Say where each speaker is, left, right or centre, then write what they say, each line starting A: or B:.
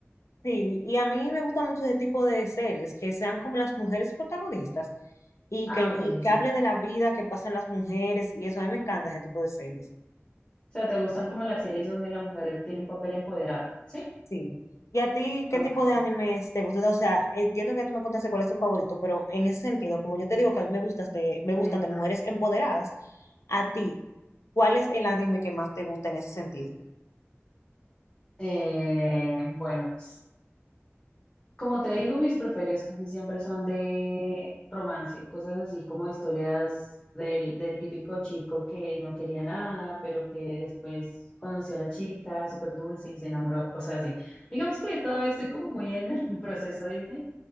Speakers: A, on the left; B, on the left.
A: Sí, y a mí me gusta mucho ese tipo de series, que sean como las mujeres protagonistas y
B: Ah,
A: que,
B: ok,
A: y que
B: sí.
A: hable de la vida que pasan las mujeres y eso, a mí me encanta ese tipo de series.
B: O sea, ¿te gustan como las series donde la mujer tiene un papel empoderado? Sí.
A: Sí. ¿Y a ti qué
B: Ok,
A: tipo de animes te gustan? O sea, entiendo que tú me contaste cuál es tu favorito, pero en ese sentido, como yo te digo que a mí me gustas de, me gustan
B: sí.
A: de mujeres empoderadas, a ti, ¿cuál es el anime que más te gusta en ese sentido?
B: Eh, bueno, pues. Como te digo, mis preferidos casi siempre son de romance, cosas así como historias del, del típico chico que no quería nada, pero que después conoció a la chica, súper dulce y se enamoró, o sea, así. Digamos que todavía estoy como muy en el <laughs> proceso Disney,